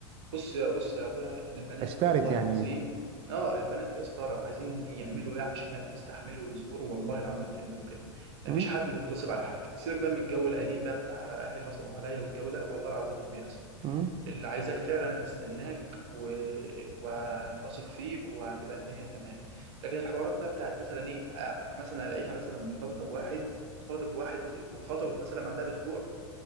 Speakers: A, on the right (about 65°); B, on the right (about 40°).
A: بص يا بص يا اخويا البنات
B: واشترت
A: والله
B: يعني
A: العظيم اه البنات يا اسطى لو عايزين يعملوا ايه عشانك بيستحملوا ويصبروا والله العظيم هيعملوا كده مفيش
B: امم
A: حد بيتغصب على حاجه سيبك بقى من الجو القديم بقى بتاع اهلي غصبوا عليا والجو ده والله العظيم ما بيحصل
B: امم
A: اللي عايزاك فعلا هتستناك و... وهتثق فيك وهتبقى الدنيا تمام لكن الحوارات بقى بتاعت مثلا ايه آه، مثلا الاقيها مثلا مرتبطه بواحد ارتبطت بواحد واتخطبت مثلا بعدها باسبوع